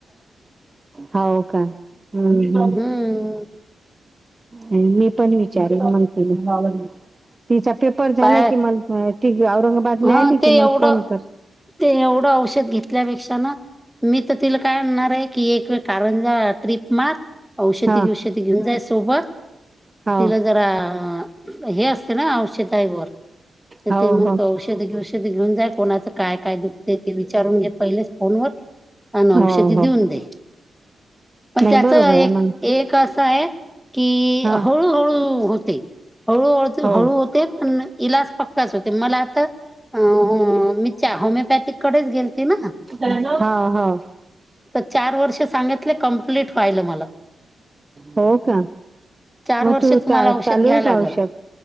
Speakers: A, on the right; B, in the centre.
A: हो का? हम्.
B: हम्म.
A: मी पण विचारल मग तिला. तिचा पेपर झाला
B: पाय
A: कि म ती औरंगाबादला
B: हा
A: आली
B: ते
A: की मला
B: एवढं
A: फोन कर.
B: ते एवढं औषध घेतल्यापेक्षा ना मी तर तिला काय आणणार आहे की एक कारण ज्या ट्रीप मार औषधी
A: हा
B: बिवषधी घेऊन जाय सोबत.
A: हो
B: तिला जरा हे असते ना औषधई व तर
A: हो
B: ते म्हण
A: हो
B: औषध औषध घेऊन जाय कोणाचं काय काय दुखते ते विचारून घे पहिलेच फोन वर. अ
A: हो
B: औषधी देऊन
A: हो
B: दे. पण
A: नाही
B: त्याच
A: बरोबर
B: एक
A: आहे मग
B: एक असं आहे की
A: हा
B: हळूहळू होते. हळूळ
A: हो
B: हळू होते पण इलाज पक्काच होते मला अ हो. मीच्या होमिओपॅथिक कडेच गेलती ना?
A: हो हो
B: तर चार वर्ष सांगितले. कंप्लीट व्हायल मला.
A: हो का?
B: चार
A: मग
B: वर्ष
A: तू
B: तुम्हाला
A: चालू
B: औषध घ्या
A: आहे
B: लागल
A: का औषध?